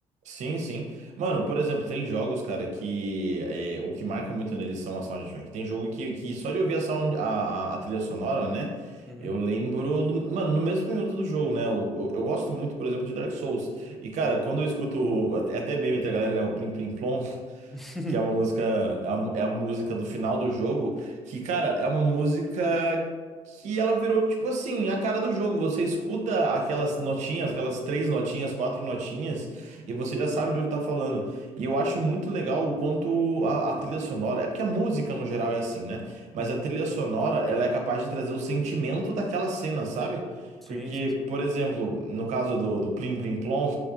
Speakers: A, on the right; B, in the centre.
A: Sim, sim. Mano, por exemplo, tem jogos, cara, que é, o que marca muito neles são a soundtrack. Tem jogo que, que só de ouvir a, sound, a, a, a trilha sonora, né?
B: Uhum,
A: Eu lembro, no- mano, no mesmo minuto do jogo, né? Eu, eu, eu gosto muito, por exemplo, de Dark Souls. E, cara,
B: sim.
A: quando eu escuto, o- até até meme entre a galera, né? O Plim Plim Plom
B: <laughs>
A: que é uma música, é a, é a música do final do jogo, que, cara, é uma música que ela virou, tipo assim, a cara do jogo. Você escuta aquelas notinhas, aquelas três notinhas, quatro notinhas, e você já sabe do jogo que tá falando. E eu acho muito legal o quanto a, a trilha sonora, é porque a música no geral é assim, né? Mas
B: Uhum,
A: a trilha sonora, ela é capaz de trazer o sentimento daquela cena, sabe?
B: sim,
A: Porque,
B: sim, sim.
A: por exemplo, no caso do, do Plim Plim Plom,